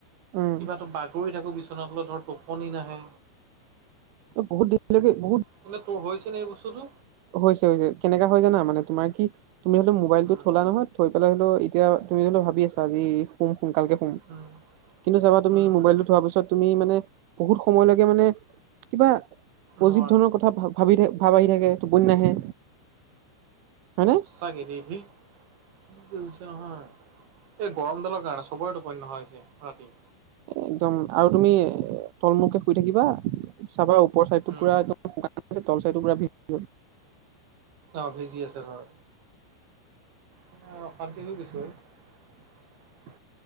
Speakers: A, on the right; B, on the right.
A: উম
B: কিবাটো বাগৰি থাকোঁ বিচনাতলৈ ধৰ টোপনি নাহে।
A: বহুত দিন আজিলৈকে বহুত
B: বোলে তোৰ হৈছে নে এই বস্তুটো
A: হৈছে হৈছে, কেনেকা হয় জানা মানে তোমাৰ কি তুমি হ'লে মোবাইলটো
B: উম
A: থলা নহয় থৈ পেলাই হ'লেও এতিয়া তুমি জোনটো ভাবি আছা আজি শুম। সোনকালকে শুম
B: উম
A: কিন্তু চাবা
B: উম
A: তুমি মোবাইলটো
B: উম
A: থোৱাৰ পিছত তুমি মানে বহুত সময়লৈকে মানে কিবা
B: নোৱাৰা
A: অজীৱ ধৰনৰ কথা ভা-ভাবি থাক ভাব আহি থাকে, টোপনি নাহে। হয়নে
B: সঁচাকে দে, দি কি কৰিছে নহয়, এই গৰমডালৰ কাৰনে চবৰে টোপনি নোহোৱা হৈছে ৰাতি।
A: একদম আৰু তুমি তলমূৰকে শুই থাকিবা, চাবা ওপৰ চাইডটো
B: উম
A: পুৰাম চাইড তলচাইডটো পোৰা ভিজি গ'ল।
B: অ' ভিজি আছে ধৰ। মানে অশান্তি হৈ গৈছোঁ আৰু।